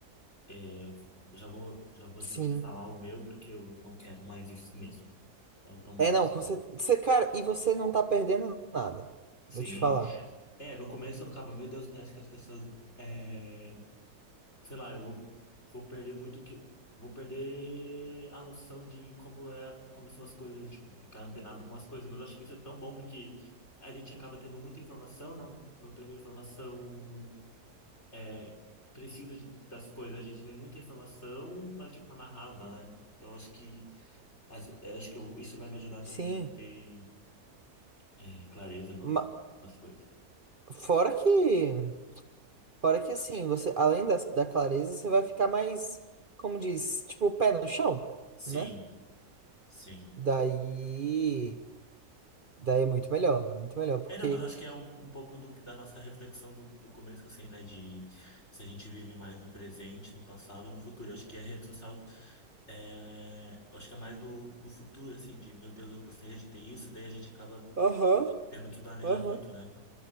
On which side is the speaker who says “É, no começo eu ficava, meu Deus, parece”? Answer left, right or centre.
Left